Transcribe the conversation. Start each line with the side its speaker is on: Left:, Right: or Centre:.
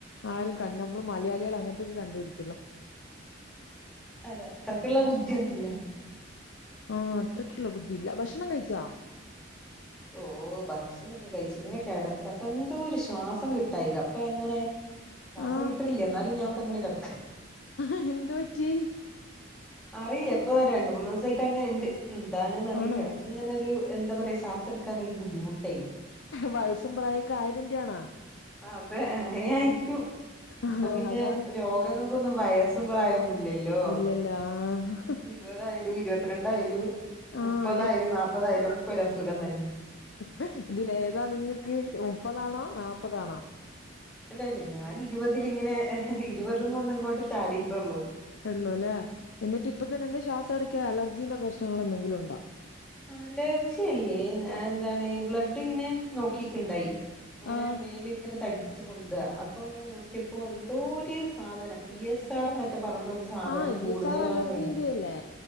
Left: ആരും കണ് നമ്മള് മലയാളികൾ അങ്ങനത്തൊക്കെ കണ്ടുപിടിക്കോളൂ
Centre: അതെ അത്രയ്ക്കുള്ള ബുദ്ധിയൊന്നുല്ല
Left: ആഹ് അത്രയ്ക്കുള്ള ബുദ്ധിയില്ല ഭക്ഷണം കഴിച്ചാ
Centre: ഓ ഭക്ഷണൊക്കെ കഴിച്ചു ഇങ്ങനെ കിടക്ക അപ്പൊ എന്തോ ഒരു ശ്വാസം കിട്ടായിക അപ്പൊ എങ്ങനെ ശ്വാസം
Left: ആഹ്
Centre: കിട്ടില്ല എന്നാലും ഞാൻ ഇവിടെ ഇങ്ങനെ കെടക്ക
Left: ആഹ് എന്ത് പറ്റി
Centre: അറിയി ഇപ്പ രണ്ട് മൂന്ന് ദിവസമായിട്ട് അങ്ങനെ ഇണ്ട് എന്താണന്ന് അറിയില്ല
Left: ആണോ
Centre: എട ഇങ്ങനെ ഒരു എന്താ പറയാ ശാസടുക്കാനൊരു ബുദ്ധിമുട്ടെ
Left: വയസ്സും പ്രായൊക്കെ ആയതിന്റെ ആണാ
Centre: അതെ അങ്ങനെയായിരിക്കും
Left: ആഹ്
Centre: ഇപ്പൊ പിന്നെ
Left: അതാണ്
Centre: രോഗങ്ങൾക്കൊന്നും വൈസും പ്രായൊന്നു ഇല്ലല്ലോ
Left: ഇല്ലല്ല ആഹ്
Centre: ഇപതായാലു ഇരുപത്തിരണ്ടായാലു
Left: ആഹ്
Centre: മുപ്പതായാലു നാപ്പതായാലും ഒക്കെ ഒരു അസുഖം തന്നെ
Left: ഹ ഇതില് ഏതാ നിങ്ങൾക്ക് മുപ്പതാണോ നാപ്പതാണോ
Centre: അല്ല ഇല്ല ഞാൻ ഇരുപതിൽ ഇങ്ങനെ ഇരുപതിനൊന്ന് ഇങ്ങോട്ട് ചാടിയിട്ടുള്ളൂ
Left: ഉള്ളൂല്ലേ എന്നിട്ട് ഇപ്പ തന്നെ എന്താ ശ്വാസം അടക്കാ അലർജീന്റെ പ്രശ്നങ്ങൾ എന്തെങ്കിലു ഉണ്ടോ
Centre: അലർജി അല്ലേ എന്താണ് ബ്ലഡ് ഇങ്ങനെ നോക്കിക്ക്ണ്ടായി ഇങ്ങനെ
Left: ആഹ്
Centre: മേല് ഇങ്ങനെ തടി ച്ച് പൊന്ത അപ്പൊ അങ്ങനെ നോക്കിയപ്പോ എന്തോ ഒരു സാധനം ഇഎസ്ആർ പറഞ്ഞ്ട്ടൊരു സാ സാധനം
Left: ആഹ് ഇ
Centre: കൂടുതലാന്ന്
Left: എസ് ആർ അലർജീന്റെ
Centre: കണ്ട്
Left: അല്ലേ